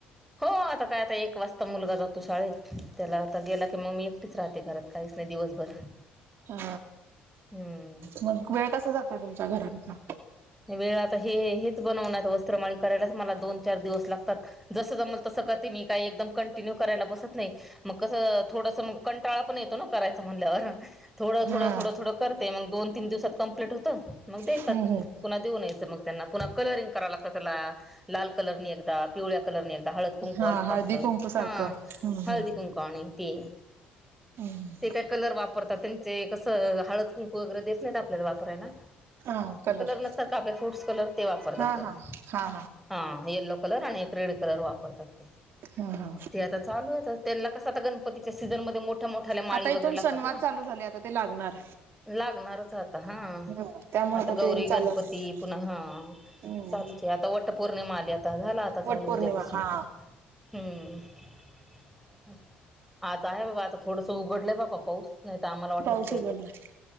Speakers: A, in the centre; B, on the right.
A: हो आता काय आता एक वाजता मुलगा जातो शाळेत त्याला आता गेला की मग मी एकटीच राहते घरात काहीच नाही दिवसभर
B: हा
A: हम्म
B: मग वेळ कसा जातोय तुमच्या घरचा?
A: वेळ आता हे हेच बनवण्यात वस्त्रमाळी करायलाच मला दोन चार दिवस लागतात जसं जमल तसं करते मी काही एकदम कंटिन्यू करायला बसत नाही मग कसं थोडस मग कंटाळा पण येतो ना करायचा म्हणल्यावर थोडं थोडं
B: हा
A: थोडं थोडं करते मगोन तीन दिवसात कं्प्लीट होतं मग देतात
B: हम्म हम्म
A: पु्हा देऊनयचं मग त्यांना पुन्हा कलरिंग कराव लागत त्याला लाल कलरनी एकदा पिवळ्या कलर हळद कुंकू
B: हा
A: असत
B: हळदी
A: आपलं
B: कुंकू सारखं.
A: हा
B: हम्म
A: हळदी कुंकू आणि ते
B: हम्म.
A: ते काय कलर वापरतात त्यां ते कसं हळद कुंकू वगैरे देत नाहीत आपल्याला वापराय ना
B: हा कलर
A: असतात फुट कलर वापतात
B: हा
A: त्याला
B: हा हा
A: हा येल्लो कलर आणि एक रेड कलर वापरतात ते
B: हा हा
A: ते आता चालू आहे त्यांना कसं आता गणपतीच्या सीझनमध्येध्ये मो मोठ्या मोठ्याल्या माळी
B: आता
A: वगैरे
B: इथून
A: लागतात
B: सणवार
A: ना
B: चालू झाले आता ते लागणार
A: लागणारच आता हा
B: ह त्यामुळे
A: आता गौरी
B: ते चालू
A: गणपती
B: असणार
A: पुन्हा हा
B: हम्म
A: चालू आता वट पौर्णिमा आली आ झाला आता चालू
B: वटपौर्णिमा
A: उद्यापासून
B: हा
A: हम्म आता आहे बाबा आता थोडस उघडलंय बापा पाऊस नाही तर आम्हाला वाटलं
B: पाऊस
A: कुठे
B: उघडलाय
A: येतो आता